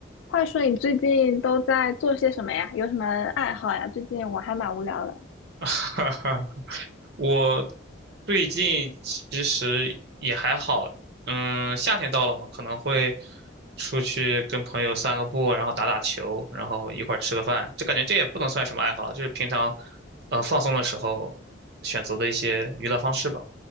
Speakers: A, on the left (about 80°); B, on the right (about 60°).
A: 话说你最近都在做些什么呀？有什么爱好呀？最近我还蛮无聊的。
B: <laughs> 哈哈，我最近其实也还好，嗯，夏天到了嘛，可能会出去跟朋友散个步，然后打打球，然后一块儿吃个饭，就感觉这也不能算什么爱好，就是平常，呃，放松的时候选择的一些娱乐方式吧。